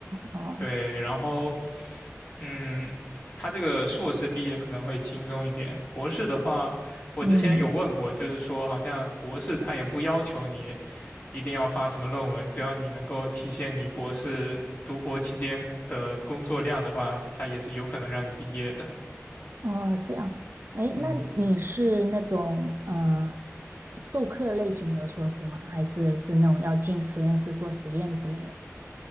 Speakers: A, on the right (about 50°); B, on the left (about 35°).
A: 哦，
B: 对，然后嗯，他这个硕士毕业可能会轻松一点，博士的话，我之前有问过，
A: 嗯，
B: 就是说好像博士他也不要求你一定要发什么论文，只要你能够体现你博士读博期间的工作量的话，他也是有可能让你毕业的。
A: 哦，这样。哎，
B: 嗯。
A: 那你是那种呃授课类型的硕士吗？还是是那种要进实验室做实验之类的？